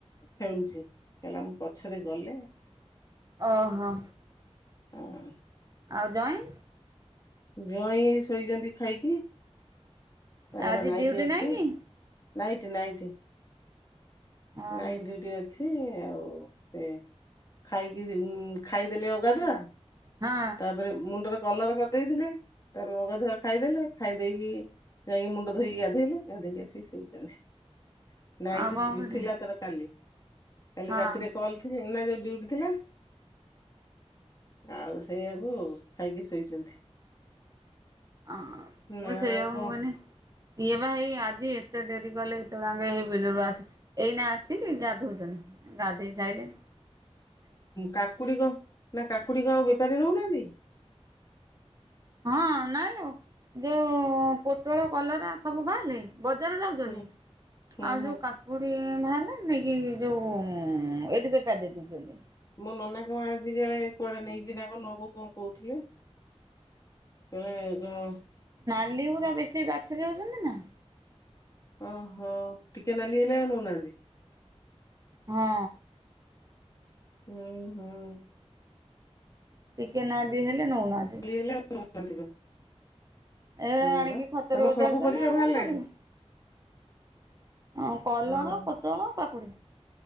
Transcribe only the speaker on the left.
ଖେଳୁଛି ହେଲା ମୁଁ ପଛରେ ଗଲେ
ହୁଁ।
ଜ୍ୟଇ ଶୋଇଛନ୍ତି ଖାଇକି। ତାଙ୍କର
ନାଇଟି
ଅଛି
Night night?
ନାଇ ଦିଉଟି ଅଛି ଆଉ ସେ ଖାଇକି ଖାଇଦେଲେ ଅଗାନ୍ଧୁଆ
ତାପରେ ମୁଣ୍ଡରେ କଲର କରିଦେଇଥିଲେ ତାପରେ ଅଗାଧୁଆ ଖାଇଦେଲେ ଖାଇ ଦେଇକି ଯାଇକି ମୁଣ୍ଡ ଧୋଇକି ଗାଧୋଇଲେ ଗାଧେଇକି ଆସି ଶୋଇଛନ୍ତି। ନାଇଁ
ଟି
ଥିଲା ତାର କାଲି। କାଲି
ରାତିରେ କଲ ଥିଲ ନା ଡିୟୁଟି ଥିଲା ଆଉ ସେଇଆକୁ ଖାଇକି ଶୋଇଛନ୍ତି।
ନା
କଣ
କାକୁଡିି କ ନା କାକୁଡିିକ ଆଉ ବେପାରି ନଉ ନାହାନ୍ତି?
ହୁଁ ହୁଁ
ହୁଁ
ମୋ ନନା କଣ ଆଜିିକାଳେ କୁଆଡେ ନେଇଛିି ନା କ ନବ କଣ କହୁଥିଲେ। ସେ ଜଉ
ଓହୋ ଟିକେ ନାଲି ହେଲେ ଆଉ ନଉନାହାନ୍ତି।
ଉଁ ହୁଁ।
ନାଲି <unintelligible>
ସେଇଆ
ବା।
ତମର
ସବୁ ପରିବା
ବାହାରିଲାଣି?
ହଁ